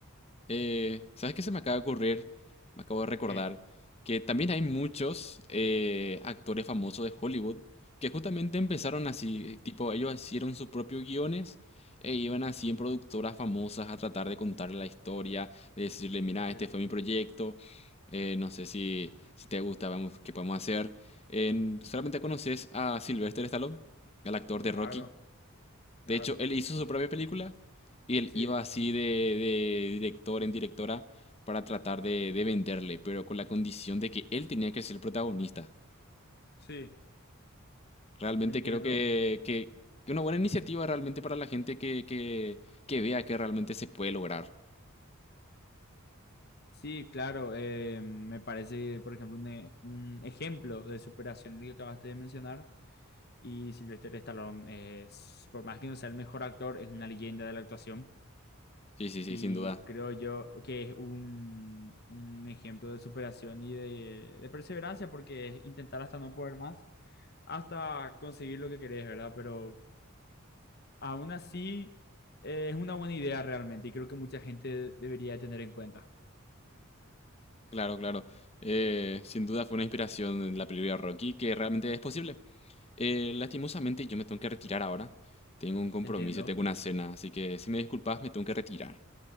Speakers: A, on the left (about 30°); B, on the left (about 45°).
A: Eh, ¿sabes qué se me acaba de ocurrir? Me acabo de recordar
B: ¿Qué?
A: que también hay muchos eh, actores famosos de Hollywood que justamente empezaron así,
B: Sí,
A: eh, tipo, ellos hicieron sus propios guiones e iban así en productoras famosas a tratar de contarle la historia, de decirle, mira,
B: ok.
A: este fue mi proyecto, eh, no sé si, si te gusta, vamos, qué podemos hacer. En- ¿solamente conoces a Sylvester Stallone, el actor de
B: Claro,
A: Rocky?
B: claro.
A: De hecho, él hizo su propia película y él
B: Sí,
A: iba así de, de director en directora para tratar de, de venderle, pero con la condición de que él tenía que ser el protagonista.
B: sí,
A: Realmente
B: entiendo.
A: creo que, que, que una buena iniciativa realmente para la gente que, que, que vea que realmente se puede lograr.
B: Sí, claro. eh, me parece, por ejemplo, un, e- un ejemplo de superación lo que acabaste de mencionar. Y Sylvester Stallone es, por más que no sea el mejor actor, es una leyenda de la actuación.
A: Sí, sí, sí,
B: Y
A: sin duda.
B: creo yo que es un, un ejemplo de superación y de, de perseverancia, porque es intentar hasta no poder más, hasta conseguir lo que querés, ¿verdad? Pero aún así eh, es una buena idea realmente y creo que mucha gente debería de tener en cuenta.
A: Claro, claro. Eh, sin duda fue una inspiración en la película Rocky que realmente es posible. Eh, lastimosamente yo me tengo que retirar ahora. Tengo un compromiso,
B: Entiendo.
A: tengo una cena, así que si me disculpas me tengo que retirar.